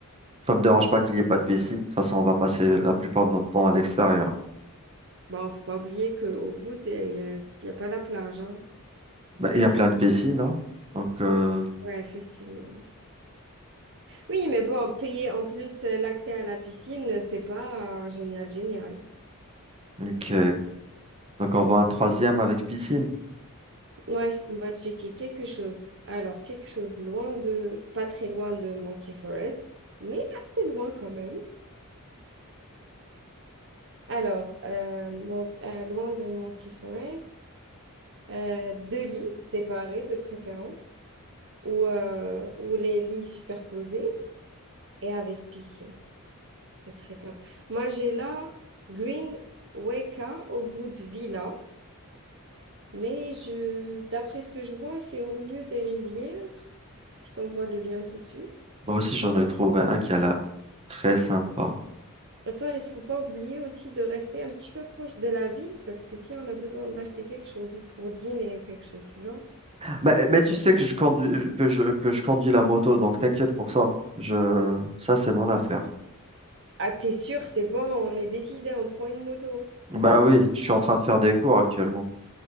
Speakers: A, on the right; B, on the right.
A: Ça me dérange pas qu'il n'y ait pas de piscine. De toute façon, on va passer la plupart de notre temps à l'extérieur.
B: Bon, faut pas oublier qu'au bout, il n'y a, y a pas la plage, hein.
A: Bah, il y a plein de piscines, hein. Donc, euh,
B: Ouais, effectivement. Oui, mais bon, payer en plus euh, l'accès à la piscine, c'est pas euh, génial, génial.
A: ok. Donc, on voit un troisième avec piscine.
B: Ouais, on va checker quelque chose. Alors, quelque chose loin de, pas très loin de Monkey Forest, mais assez loin quand même. Alors, euh, mon- euh, loin de Monkey Forest, euh, deux lits séparés de préférence. ou, euh, ou les lits superposés et avec piscine. Ce serait top. Moi, j'ai là Green Weka au bout de Villa, mais je, d'après ce que je vois, c'est au milieu des rizières. Je t'envoie le lien tout de suite.
A: Moi aussi, j'en ai trouvé un qui a l'air très sympa.
B: Attends, il faut pas oublier aussi de rester un petit peu proche de la ville parce que si on a besoin d'acheter quelque chose ou pour dîner ou quelque chose du genre.
A: Mais, mais
B: on-
A: tu
B: on-
A: sais que je conduis,
B: on-
A: que je, que je conduis la moto, donc t'inquiète pour ça. Je, ça, c'est mon affaire.
B: Ah, t'es sûr, c'est bon, on est décidé, on prend une moto.
A: Bah oui, je suis en train de faire des cours actuellement.